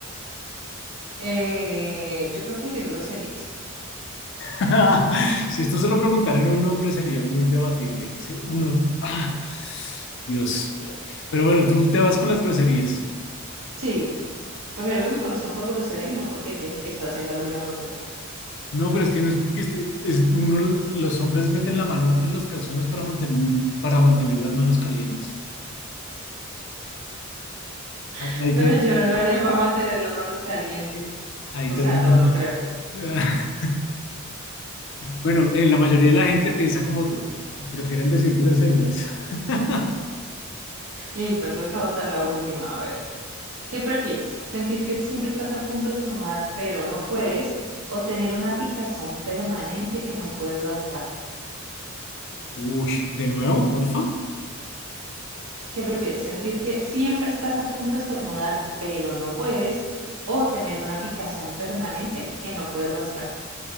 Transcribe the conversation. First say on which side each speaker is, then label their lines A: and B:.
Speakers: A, on the right; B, on the left.
A: Eh, yo creo que decir groserías.
B: <laughs> Si esto se lo preguntaran a un hombre sería muy debatible. Sí, Uno, ah, Dios. Pero bueno, tú te vas con las groserías.
A: Sí, prefiero que me conozcan por grosera y no porque piensen que estoy haciendo algo inapropiado.
B: No, pero es que no es porque este, es uno, los hombres meten la mano en los calzones para mantener, para mantener las manos calientes.
A: <laughs>
B: Ahí,
A: Pero yo no lo haría para mantener las manos calientes.
B: ahí
A: O
B: te-
A: sea,
B: ahí
A: no,
B: te-
A: no creo.
B: <laughs> Bueno, eh, la mayoría de la gente piensa como tú. Prefieren decir groserías. <laughs>
A: Listo, entonces te voy a votar la última. A ver. ¿Qué prefieres, sentir que siempre estás a punto de estornudar pero no puedes o tener una picazón permanente que no puedes rascarte?
B: Uy, de nuevo, porfa.
A: ¿Qué prefieres, sentir que siempre estás a punto de estornudar pero no puedes o tener una picazón permanente que no puedes rascarte?